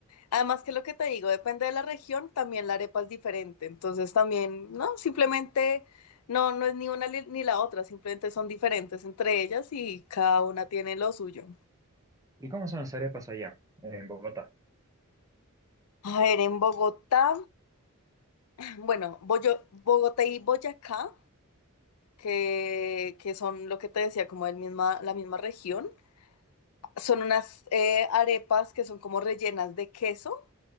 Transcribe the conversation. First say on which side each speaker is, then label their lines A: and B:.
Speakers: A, on the left; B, on the right.
A: Además que lo que te digo, depende de la región, también la arepa es diferente. Entonces también, no, simplemente no, no es ni una li- ni la otra, simplemente son diferentes entre ellas y cada una tiene lo suyo.
B: ¿Y cómo son las arepas allá, en Bogotá?
A: A ver, en Bogotá, bueno, Boyo- Bogotá y Boyacá, que, que son lo que te decía, como el misma, la misma región, son unas eh, arepas que son como rellenas de queso